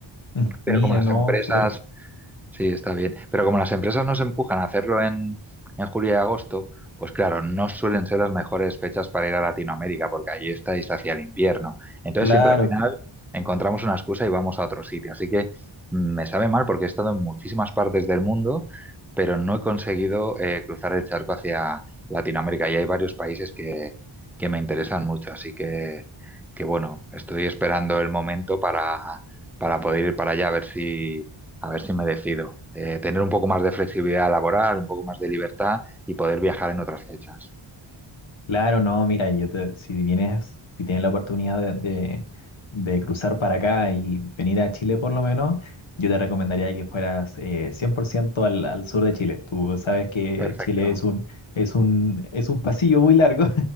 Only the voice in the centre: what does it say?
pero
como las
empresas
Sí, está bien. Pero como las empresas nos empujan a hacerlo en, en julio y agosto, pues claro, no suelen ser las mejores fechas para ir a Latinoamérica, porque allí estáis hacia el invierno. Entonces
siempre al final encontramos una excusa y vamos a otro sitio. Así que mm, me sabe mal porque he estado en muchísimas partes del mundo, pero no he conseguido eh, cruzar el charco hacia Latinoamérica. Y hay varios países que, que me interesan mucho. Así que, que bueno, estoy esperando el momento para, para poder ir para allá a ver si a ver si me decido. Eh, tener un poco más de flexibilidad laboral, un poco más de libertad y poder viajar en otras fechas.
Perfecto.